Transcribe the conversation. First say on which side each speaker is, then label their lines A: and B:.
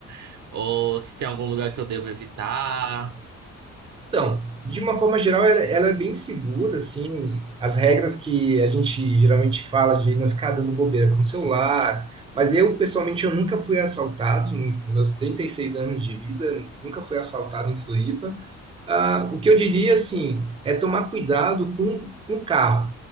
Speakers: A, on the right (about 70°); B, on the right (about 20°).
A: <laughs> ou se tem algum lugar que eu devo evitar.
B: Então, de uma forma geral, ela, ela é bem segura, assim, as regras que a gente geralmente fala de não ficar dando bobeira com o celular, mas eu, pessoalmente, eu nunca fui assaltado, nos meus 36 anos de vida, nunca fui assaltado em Floripa. Ah, o que eu diria, assim, é tomar cuidado com com o carro.